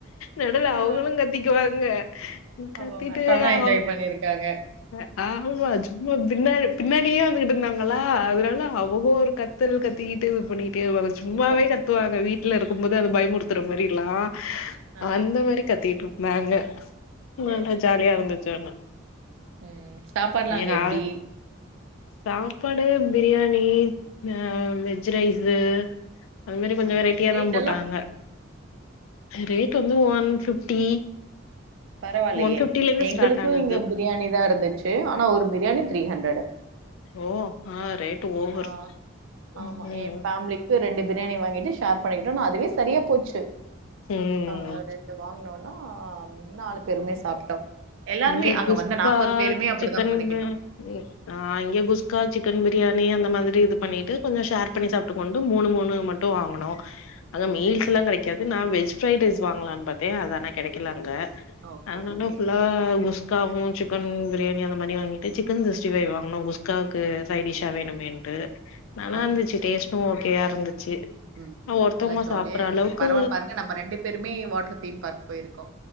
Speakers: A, on the left; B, on the right.
A: நடுவுல
B: ஆ
A: அவுகளு கத்திக்குவாங்க
B: அப்ப
A: கத்திட்டு
B: உங்க அத்தா தா
A: அவ்
B: என்ஜாய் பண்ணிருக்காங்க
A: க ஆமா சும்மா பின்னாடு பின்னாடியே வந்துகிட்ருந்தாங்களா அதுனால அவொக ஒரு கத் துன் கத்திகிட்டு இது பண்ணிகிட் ஏ அவள சும்மாவே
B: சூப்பர் சூப்பர்
A: கத்துவாக வீட்ல
B: ம்
A: இருக்கும் போதே அந்த பயமுறுத்துற மாரியில்லா
B: ஆ
A: அந்த மாரி கத்திகிட்ருந்தாங்க
B: சேரி
A: நல்ல ஜாலியா
B: சேரி
A: இருந்துச்சு ஆனா
B: ம் சாப்பாடுலா அங்க
A: ஏனா
B: எப்டி
A: சாப்பாடு பிரியாணீ ஆ வெஜ் ரைஸூ அது மாரி கொஞ்சொ
B: ம்
A: வெரைட்டியாதா
B: ரேட்
A: போட்டாங்க
B: எல்லா
A: ரேக் வந்து ஒன் ஃபிஃப்டி
B: பரவால்லையே
A: ஒன் ஃபிஃப்டில இருந்து
B: எங்களுக்கு
A: ஸ்டார்ட் ஆனது
B: இங்க பிரியாணிதா இருந்துச்சி ஆனா ஒரு பிரியாணி த்ரீ ஹண்ரடு
A: ஓ ஆ ரேட் ஓவர்
B: ஆ ஆமா
A: ம்
B: ஏ ஃபேம்லீ கு ரெண்டு பிரியாணி வாங்கிட்டு ஷேர் பண்ணிக்கிட்டோ ந அதுவே சரியா போச்சு
A: ம்
B: ஆ ரெ இத வாங்குனோனா நாளக் பெர்மே சாப்ட்டோ எல்லாருமே
A: இங்க
B: அங்க
A: குஸ்கா
B: வந்த நாப்பது பேருமே அப்டிதா
A: சிக்கன்
B: பண்ணிக்கிட்டோ
A: <unintelligible> ஆ இங்க குஸ்கா சிக்கன் பிரியாணி அந்த மாதிரி இது பண்ணிட்டு கொஞ்சோ ஷேர் பண்ணி சாப்ட்டுகுவோன்ட்டு மூணு மூணு மட் டு வாங்குனோ அங்க மீல்ஸ் எல்லா கெடைக்காது நான் வெஜ் ஃப்ரைட் ரைஸ் வாங்கலான்னு பாத்தே அது ஆனா கெடக்கல அங்க
B: ஓகே,
A: ஆனாலு
B: ஓகே.
A: ஃபுல்லா குஸ் காவு சிக்கன் பிரியாணி அந்த மாரி வாங்கிட்டு சிக்கன் சிக்ஸ்டி ஃபை வாங்குனோ குஸ்காவுக்கு சைட்டிஷா வேணுமேன் டு நல்லா
B: ஆ
A: இருந்துச்சு
B: ஓகே,
A: டேஸ்ட்டு
B: ஓகே.
A: ஓகேயா இருந்துச்சு
B: ம்
A: ஒருத்தவங்க
B: நல்லா ஜாலியா
A: சாப்பற அளவுக்கு
B: இப்ப பரவால பாருங்க நம்ம ரெண்டு பேருமே வாட்டர் தீம் பார்க் போயிருக்கோ